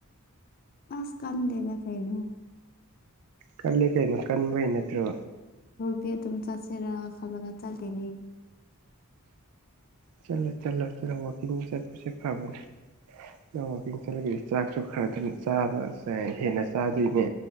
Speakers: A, on the left; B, on the right.
A: ꯑꯁ ꯀꯜ ꯂꯩꯗ ꯀꯩꯩꯅ
B: ꯀꯜꯂ ꯀꯩꯅꯣ ꯀꯟꯕꯩ ꯅꯠꯇ꯭ꯔꯣ
A: ꯄꯦ ꯑꯗꯨꯨꯝ ꯆꯁꯦꯔ ꯈꯜꯂꯒ ꯆꯂꯤꯦꯅꯤ
B: ꯆꯠꯂꯣ ꯆꯠꯂꯣ ꯆꯠꯂꯣ ꯋꯥꯛꯀꯤꯡ ꯆꯠꯄꯁꯦ ꯐꯕꯅꯦ ꯅ ꯋꯥꯛꯀꯤꯡ ꯆꯠꯂꯒꯗꯤ ꯆꯥꯛꯁꯨ ꯈꯔ ꯑꯗꯨꯝ ꯆꯥꯕ ꯍꯦꯟꯅ ꯆꯥꯗꯣꯏꯅꯦ